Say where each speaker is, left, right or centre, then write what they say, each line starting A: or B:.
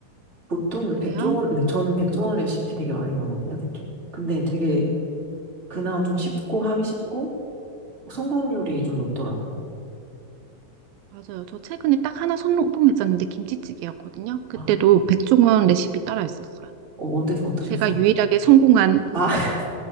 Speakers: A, on the right; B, on the right.
A: 보통
B: 그래요?
A: 백종원, 근데 저는 백종원 레시피 되게 많이 먹거든요, 특히. 근데 되게 그나마 좀 쉽고 하기 쉽고 성공률이 좀 높더라고요.
B: 맞아요. 저 최근에 딱 하나 성공했었는데 김치찌개였거든요. 그때도
A: 아,
B: 백종원 레시피 따라 했었어요.
A: 어, 어땠, 어떠셨어요?
B: 제가 유일하게 성공한
A: 아, <laughs>